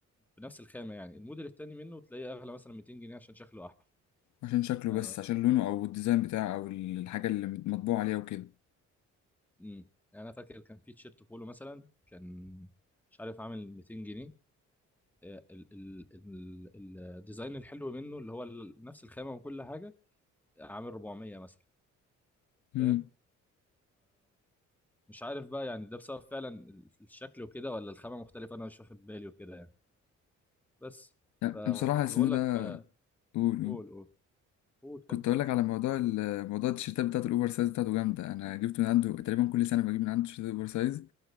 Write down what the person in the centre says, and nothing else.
بنفس الخامة يعني الموديل التاني منه تلاقيه اغلى مثلا 200 جنيه عشان شكله احلى
انا
امم انا فاكر كان في تيشيرت بولو مثلا كان مش عارف عامل 200 جنيه آه، ال ال ال ال- الديزاين الحلو منه اللي هو ال- نفس الخامه وكل حاجه عامل 400 مثلا
فاهم مش عارف بقى يعني ده بسبب فعلا ال- الشكل وكده ولا الخامه مختلفه انا مش واخد بالي وكده يعني بس
فكنت
بقول
لك آه،
قول قول قول
كم